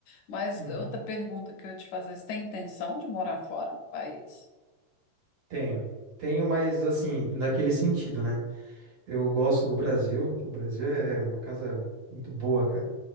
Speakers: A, on the left (about 75°); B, on the right (about 55°).
A: Mas
B: Uhum.
A: outra pergunta que eu ia te fazer, você tem intenção de morar fora do país?
B: Tenho. Tenho, mas assim, naquele sentido, né? Eu gosto do Brasil. O Brasil é uma casa muito boa, cara.